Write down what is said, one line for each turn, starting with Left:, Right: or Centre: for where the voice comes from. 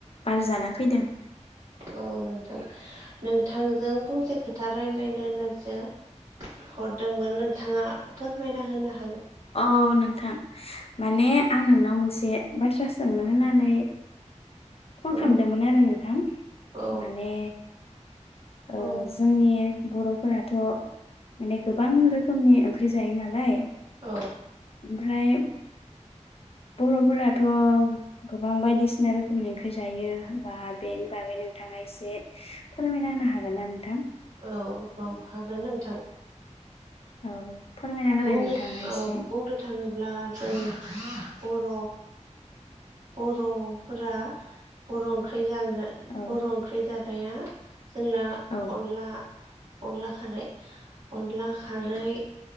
Left: बार जाना फैदों।
Right: औ नोंथां नोंथांजों फंसे खोथा रायज्लायनो होननासो हरदोंमोन नोंथाङा फोरमायना होनो हाग
Left: औ नोंथां। माने आं नोंनाव मोनसे बाथ्रा सोंनो होननानै फन
Right: औ
Left: खालामदोंमोन आरो नोंथां
Right: औ
Left: माने ओ
Right: औ
Left: जोंनि बर'फोराथ' माने गोबां रोखोमनि ओंख्रि जायो नालाय
Right: औ
Left: ओमफ्राय बर'फोराथ' गोबां बायदिसिना रोखोमनि ओंख्रि जायो बा बेनि बागै नोंथाङा एसे फोरमायना होनो हागोन ना नोंथां?
Right: औ औ हागोन नोंथां।
Left: औ। फोरमायना होलाय
Right: बुंनो
Left: नोंथाङा एसे
Right: औ बुंनो थाङोब्ला जों बर' बर'फोरा बर' ओंख्रिजों
Left: औ
Right: बर' ओंख्रि जानाया जोंना
Left: औ
Right: अनला अनला खारै अनला खारै